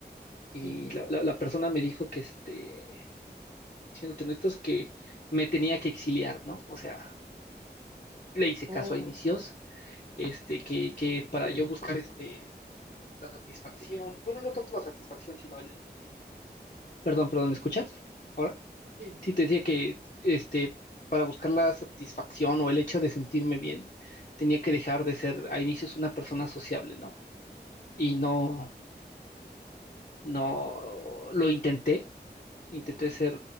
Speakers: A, on the right; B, on the left.
A: Sí.
B: y la, la- la persona me dijo que, este, siéndote honestos, que me tenía que exiliar, ¿no? O sea, le hice
A: Oh,
B: caso a inicios, este, que, que para yo buscar, este, la satisfacción, bueno, no tanto la satisfacción, sino el... Perdón, perdón, ¿me escuchas? Ahora,
A: sí.
B: sí, te decía que, este, para buscar la satisfacción o el hecho de sentirme bien, tenía que dejar de ser a inicios una persona sociable, ¿no? y no, no lo intenté, intenté ser,